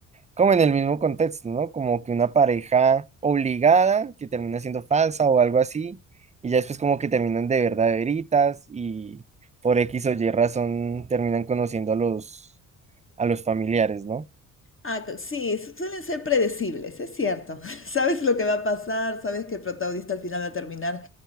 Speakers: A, on the right (about 15°); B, on the left (about 30°).
A: como en el mismo contexto, ¿no? Como que una pareja obligada que termina siendo falsa o algo así, y ya después como que terminan de verdaderitas y por X o Y razón terminan conociendo a los, a los familiares, ¿no?
B: Ah, co- sí, su- suelen ser predecibles, es cierto. <laughs> Sabes lo que va a pasar, sabes que el protagonista al final va a terminar